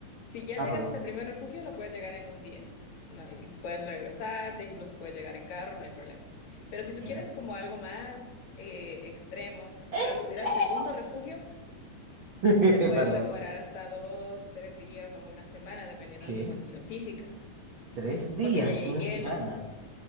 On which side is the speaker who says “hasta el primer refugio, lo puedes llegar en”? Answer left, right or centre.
Left